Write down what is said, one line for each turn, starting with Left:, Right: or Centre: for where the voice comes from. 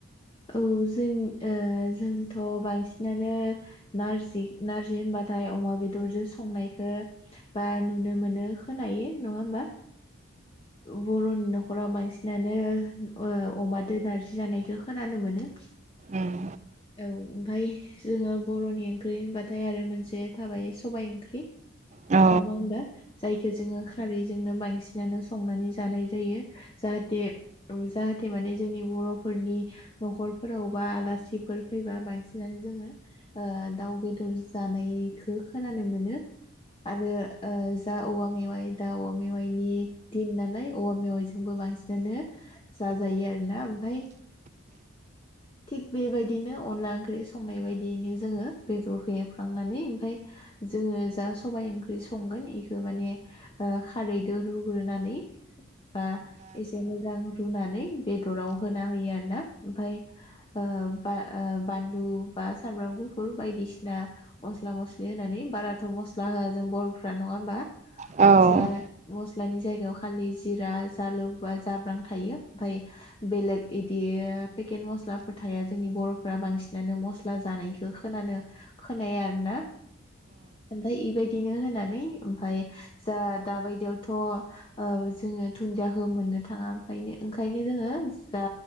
Left: औ जों ओ जोंथ' बांसिनानो नारजि नार्जि होनबाथाय अमा बेदरजों संनायखौ बा नुनो मोनो खोनायो नङा ओमबा बर'नि न'खराव बांसिनानो ओ अमादो नारजि जानायखौ खोनानो मोनो।
Right: उम
Left: औ ओमफाय जोङो बर'नि ओंख्रि होनबाथाय आरो मोनसे थाबाय सबाइ ओंख्रि।
Right: औ
Left: नङा ओमबा? जायखौ जोङो खारैजोंनो बांसिनानो संनानै जानाय जायो जाहाथे जाहाथे माने जोंनि बर'फोरनि न'खरफोरावबा आलासिफोर फैबा बांसिनानो जोङो ओ दाउ बेदर जानायखौ खोनानो मोनो आरो ओ जा औवा मेवाइ दा औवा मेवाइनि दिन नालाय औवा मेवाइजोंबो बांसिनानो जाजायो आरोना ओमफाय थिग बेबायदिनो अनला ओंख्रि संनाय बायदियैनो जोङो बेदरखौ एवफ्रामनानै ओमफाय जोङो जा सबायाइ ओंख्रि संगोन बेखौ माने खारैजों रुग्रोनानै बा एसे मोजां रुनानै बेदराव होना होयो आरना ओमफाय ओ बा ओ बानलु बा सामब्राम गुफुर बायदिसिना मस्ला मस्लि होनानै बाराथ' मस्ला होआ जों बर'फ्रा नङा ओमबा?
Right: औ
Left: मस्ला मस नानि जायगायाव खालि जिरा जालुक बा जाब्रां थायो ओमफाय बेलेग इदि पेक केन मस्लाफोर थाया जोंनि बर'फोरा बांसिनानो मस्ला जानायखौ खोनानो खोनाया आरोना ओमफाय इबायदिनो होनानै ओमफाय जा दाबायदियावथ ओ जोङो दुन्दियाखौ मोननो थाङा ओमफाय ओंखायनो जोङो जा